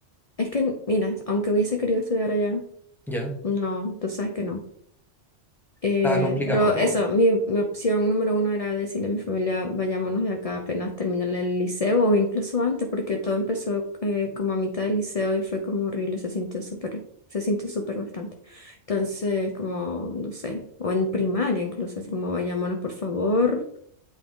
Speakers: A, on the left (about 40°); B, in the centre.
A: Es que, mira, aunque hubiese querido estudiar allá,
B: Ya,
A: no, tú sabes que no. Eh,
B: estaba complicado,
A: pero
B: po.
A: eso, mi, mi opción número uno era decirle a mi familia, vayámonos de acá apenas termine el liceo o incluso antes, porque todo empezó eh, como a mitad del liceo y fue como horrible, se sintió súper, se sintió súper bastante. Entonces, como, no sé, o en primaria incluso, así como, vayámonos por favor.